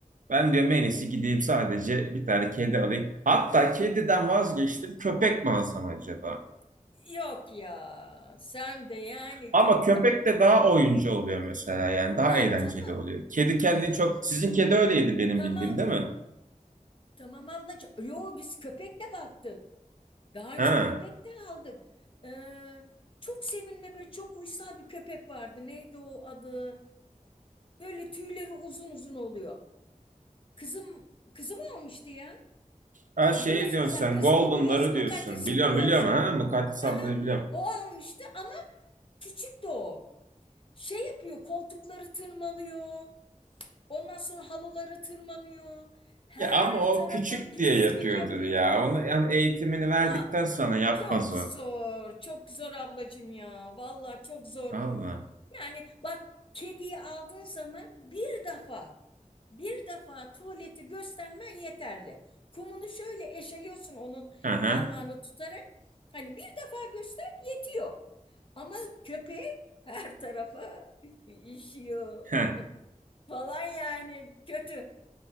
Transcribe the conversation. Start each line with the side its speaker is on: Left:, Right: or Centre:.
Right: Ben diyorum en iyisi gideyim sadece bir tane kedi alayım. Hatta kediden vazgeçtim köpek mi alsam acaba?
Left: Yok ya sen de yani
Right: Ama
Left: köp
Right: köpek de daha oyuncu oluyor mesela yani daha
Left: ya
Right: eğlenceli
Left: tamam
Right: oluyor. Kedi kendini çok sizin kedi öyleydi benim
Left: tamam
Right: bildiğim değil mi?
Left: tamam ablacığım. Yo biz köpekle baktık. Daha önce
Right: Ha.
Left: köpek de aldık. Ee, çok sevimli böyle çok uysal bir köpek vardı. Neydi o adı? Böyle tüyleri uzun uzun oluyor. Kızım kızım almıştı ya.
Right: Ha şey
Left: Biliyorsun
Right: diyorsun
Left: sen
Right: sen
Left: kızımı
Right: Golden'ları
Left: biliyorsun,
Right: diyorsun.
Left: mukaddesi
Right: Biliyorum
Left: biliyorsun.
Right: biliyorum ha Mukaddes ablayı
Left: Aha
Right: biliyorum.
Left: O almıştı ama küçüktü o. şey yapıyor, koltukları tırmalıyor. Ondan sonra halıları tırmanıyor. Her
Right: Ya ama o
Left: tarafa
Right: küçük
Left: pislik
Right: diye yapıyordur
Left: yapıyor.
Right: ya. Onu yani eğitimini verdikten
Left: Va-
Right: sonra yapmaz
Left: Çok
Right: o.
Left: zor, çok zor ablacığım ya. Vallahi çok zor.
Right: Allah.
Left: Yani bak kediyi aldığın zaman bir defa bir defa tuvaleti göstermen yeterli. Kumunu şöyle eşeliyorsun onun
Right: Hı hı.
Left: parmağını tutarak. Hani bir defa göster yetiyor. Ama köpek her tarafa <laughs> işiyor
Right: Heh.
Left: falan yani kötü.